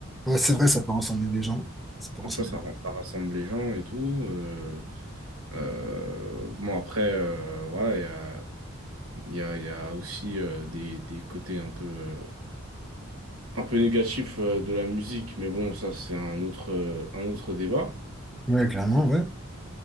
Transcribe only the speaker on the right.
Parce
que
euh, tu vois, ça, ra- ça rassemble les gens et tout. euh, euh, bon, après, euh, voilà, il y a, il y a, il y a aussi euh, des, des côtés un peu. euh, un peu négatif euh, de la musique, mais bon, ça c'est un autre, euh, un autre débat.